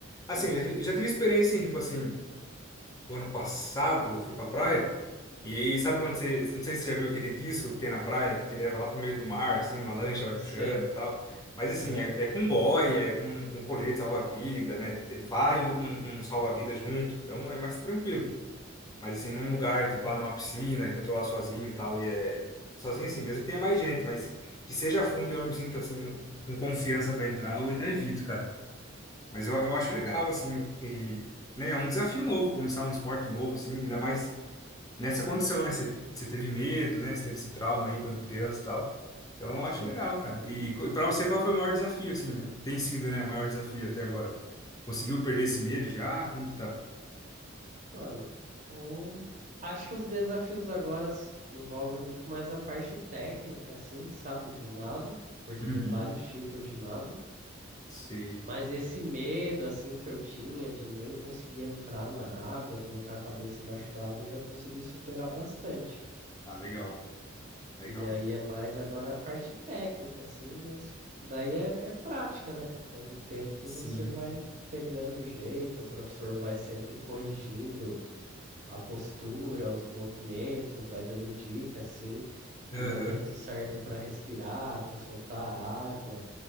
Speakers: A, on the left; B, on the right.
A: Assim,
B: Uhum.
A: eu já tive, já tive experiência, assim, tipo assim o ano passado eu fui pra praia. E aí, sabe quando você. Não sei se você já viu aquele disco que tem na praia que te leva lá pro meio do mar, assim, uma lancha vai puxando
B: Sei.
A: e tal. Mas assim,
B: Aham.
A: é, é com boia, é com, com colete salva-vida, né? Te- Vai um, um- um salva-vida junto, então é mais tranquilo. Mas assim, num lugar, tipo lá numa piscina, que eu tô lá sozinho e tal, e é. Sozinho assim, mesmo que tenha mais gente, mas que seja fundo e eu não me sinto assim, com confiança pra entrar, eu já evito, cara. Mas eu, eu acho legal,
B: Ah, é
A: assim,
B: bom.
A: e, né, é um desafio novo, começar um esporte novo, assim, ainda mais nessa condição, né? Você você teve medo, né? Você teve esse trauma aí quando criança e tal. Então eu acho
B: Sim.
A: legal, cara. E, e, co- e pra você, qual foi o maior desafio, assim? Tem sido, né, o maior desafio até agora? Conseguiu perder esse medo já? Como que tá?
B: Mano, o- acho que os desafios agora s- envolvem muito mais a parte técnica, assim, sabe, do nado, porque tem
A: Uhum.
B: vários tipos de nado,
A: Sei.
B: mas esse medo, assim, que eu tinha de nem conseguir entrar na água, colocar a cabeça embaixo da água, eu já consegui superar bastante.
A: Ah, legal, legal.
B: E aí é mais agora a parte técnica, assim, mas daí é, é prática, né? Com o tempo
A: Sim.
B: você vai pegando o jeito, o professor vai sempre corrigindo a postura, os movimentos, vai dando dica assim
A: Aham.
B: do momento certo para respirar, para soltar a água.